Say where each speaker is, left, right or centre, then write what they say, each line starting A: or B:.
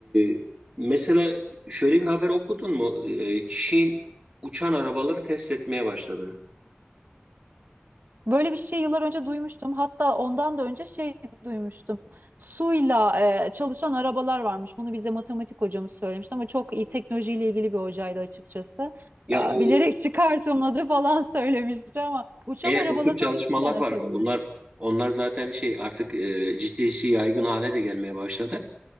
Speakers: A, on the right; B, on the right.
A: e, mesela şöyle bir haber okudun mu? E, Çin uçan arabaları test etmeye başladı.
B: Böyle bir şey yıllar önce duymuştum. Hatta ondan da önce şey duymuştum. Suyla e, çalışan arabalar varmış. Bunu bize matematik hocamız söylemişti ama çok iyi teknolojiyle ilgili bir hocaydı açıkçası.
A: Ya
B: Aa,
A: o
B: Bilerek <laughs> çıkartılmadı falan söylemişti ama uçan
A: evet
B: arabaları
A: o tür çalışmalar
B: da duydum ben akabinde.
A: var. Onlar onlar zaten şey artık e, ciddi ciddi yaygın hale de gelmeye başladı.